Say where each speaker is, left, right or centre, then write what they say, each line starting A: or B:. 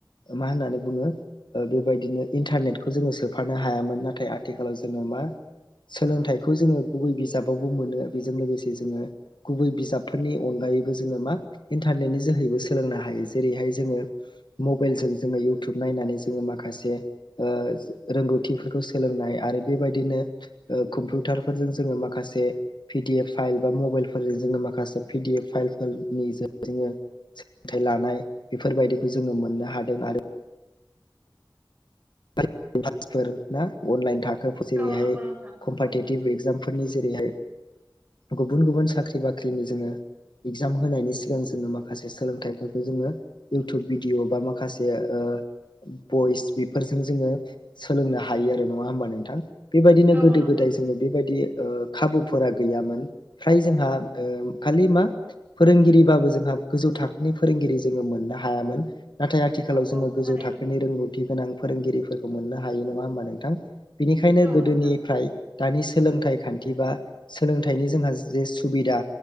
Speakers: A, on the left; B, on the right.
A: मा होननानै बुङो ओ बेबायदिनो इन्टारनेटखौ जोङो सोफा नो हायामोन नाथाय आथिखालाव जोङो मा सोलोंथाइखौ जोङो गुबै बिजाबावबो मोनो बेजों लोगोसे जोङो गुबै बिजाबफोरनि अनगायै यैबो जोङो मा इनटारनेनि जोहैबो सोलोंनो हायो जेरैहाय जोङो मबाइलजों जोङो इउ टुब नायनानै जोङो माखासे ओ रोंगौथिफोरखौ सोलोंनाय आरो बेबायदिनो ओ कम्पिउटारफोरजों जोङो माखासे फिद डि एफ फाइल बा मबाइलफोरजों जोङो माखासे पि डि एफ फाइलफोरनि जोङो सोलोंथाइ लानाय बेफोरबायदिखौ जोङो मोननो हादों आरो क्लासफोर ना अनलाइन थाख खोब जेरैहाय
B: औ नंगौ नोंथां
A: कम्पाटिटिभ
B: औ
A: एग्जामफोरनि जेरैहाय गुबुन गुबुन साख्रि बाख्रिनि जोङो इगजाम होनायनि सिगां जोङो माखासे सोलोंथाइफोरखौ जोङो इउटुब भिडिअ' बा माखासे ओ बइस बेफोरजों जोङो सोलोंनो हायो आरो नङा होमबा नोंथां बेबायदिनो
B: औ
A: गोदो
B: नंगौ
A: गोदाय
B: थारैनो
A: जोङो बेबायदि ओ खाबुफोरा गैयामोन फ्राय जोंहा ओ खालि मा फोरोंगिरिबाबो जोंहा गोजौ थाखोनि फोरोंगिरि जोङो मोननो हायामोन। नाथाय आथिखालाव
B: औ
A: जोङो
B: औ
A: गोजौ
B: थारैनो
A: थाखोनि रोंगौथि गोनां फोरोंगिरिफोर खौ मोननो हायो नङा हबा नोंथां बिनिखायनो
B: औ
A: गोदोनिफ्राय
B: नोंथां
A: दानि सोलोंथाइ खान्थि बा सोलोंथाइनि जोंहा जे सुबिदा